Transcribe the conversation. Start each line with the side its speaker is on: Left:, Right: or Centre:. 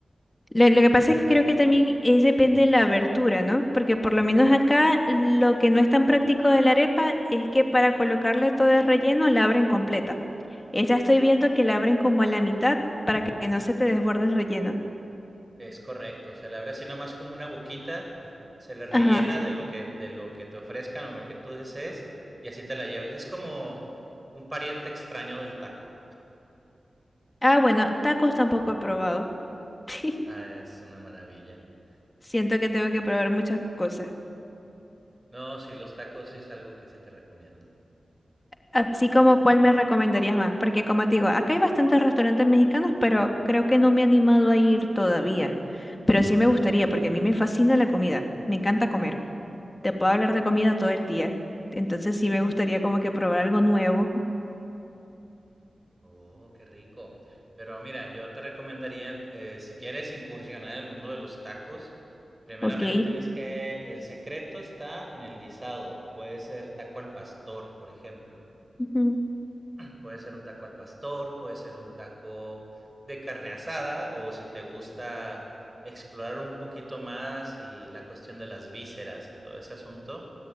Left: Lo, lo que pasa es que creo que también es depende de la abertura, ¿no? Porque por lo menos acá lo que no es tan práctico de la arepa es que para colocarle todo el relleno la abren completa. Esta estoy viendo que la abren como a la mitad para que no se te desborde el relleno.
Right: Es correcto, se le abre así nomás como una boquita, se le rellena
Left: Ajá.
Right: de lo que, de lo que te ofrezcan o lo que tú desees y así te la llevas. Es como un pariente extraño del taco.
Left: Ah, bueno, tacos tampoco he probado. <laughs>
Right: Ah, es una maravilla.
Left: Siento
Right: Pero
Left: que tengo que probar muchas cosas.
Right: No, sí, los tacos es algo que sí te recomiendo.
Left: Así como cuál me recomendarías más, porque como te digo, acá hay bastantes restaurantes mexicanos, pero creo que no me he animado a ir todavía. Pero sí me gustaría, porque a mí me fascina la comida, me encanta comer. Te puedo hablar de comida
Right: Mm.
Left: todo el día. Entonces sí me gustaría como que probar algo nuevo,
Right: Oh, qué rico. Pero mira, yo te recomendaría, eh, si quieres incursionar en el mundo de los tacos, primeramente
Left: ¿ok?
Right: tienes que, el secreto está en el guisado. Puede ser taco al pastor, por ejemplo.
Left: Ujú.
Right: Puede ser un taco al pastor, puede ser un taco de carne asada, o si te gusta explorar un poquito más y la cuestión de las vísceras y todo ese asunto,